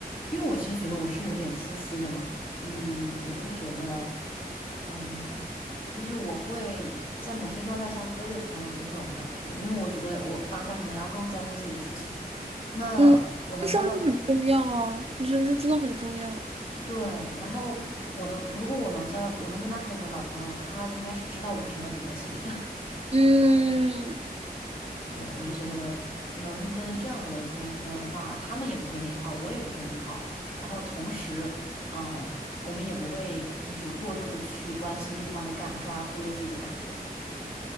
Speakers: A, on the left; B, on the right.
A: 因为我其实觉得我是有点自私的嘛，嗯，我就会觉得。嗯，就是我会在某些状态下忽略朋友的那种感觉，因为我觉得我当下可能要更专注自己的事情。那我能交到，
B: 嗯，这事儿很重要啊，我觉得这真的很重要。
A: 对，然后我的，如果我能交到，我能跟他成为很好的朋友，他应该是知道我是什么德性。<laughs>
B: 嗯。
A: 对，我就觉得能跟这样的人成为朋友的话，他们也不会内耗，我也不会内耗，然后同时，嗯，我们也不会就是过度的去关心对方的感受而忽略自己的感受。